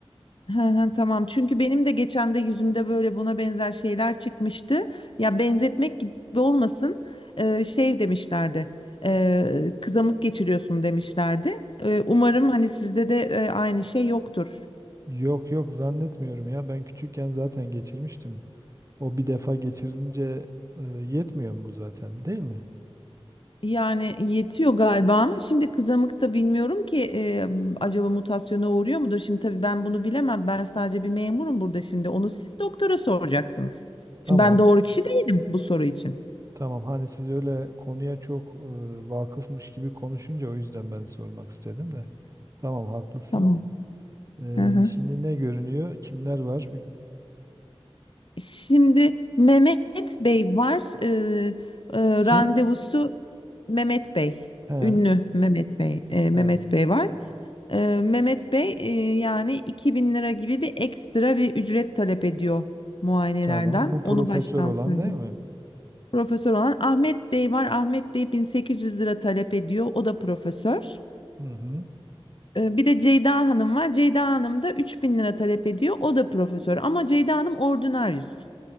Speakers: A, on the left; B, on the right.
A: Hı hı, Tamam çünkü benim de geçen de yüzümde böyle buna benzer şeyler çıkmıştı. Ya benzetmek gibi olmasın e, şey demişlerdi e, kızamık geçiriyorsun demişlerdi. E, umarım hani sizde de e, aynı şey yoktur.
B: Yok yok zannetmiyorum ya. Ben küçükken zaten geçirmiştim. O bir defa geçirilince e, yetmiyor mu zaten değil mi?
A: Yani yetiyor galiba ama şimdi kızamıkta bilmiyorum ki e, acaba mutasyona uğruyor mudur? Şimdi tabii ben bunu bilemem. Ben sadece bir memurum burada şimdi. Onu siz doktora soracaksınız. Şimdi
B: Tamam.
A: ben doğru kişi değilim bu soru için.
B: Tamam. Hani siz öyle konuya çok e, vakıfmış gibi konuşunca o yüzden ben sormak istedim de. Tamam haklısınız.
A: Tamam.
B: Ee,
A: Hı hı.
B: şimdi ne görünüyor? Kimler var? Bir-
A: Şimdi Mehmet Bey var. E, e,
B: Kim?
A: randevusu Mehmet Bey.
B: He,
A: Ünlü Mehmet Bey. e, Mehmet
B: he,
A: Bey var. Ee, Mehmet Bey e, yani 2000 lira gibi bir ekstra bir ücret talep ediyor muayenelerden.
B: tamam. Bu profesör
A: Onu baştan
B: olan
A: söyleyeyim.
B: değil mi?
A: Profesör olan Ahmet Bey var. Ahmet Bey 1800 lira talep ediyor. O da profesör.
B: Hı hı.
A: Ee, bir de Ceyda Hanım var. Ceyda Hanım da 3000 lira talep ediyor. O da profesör. Ama Ceyda Hanım ordinaryüs.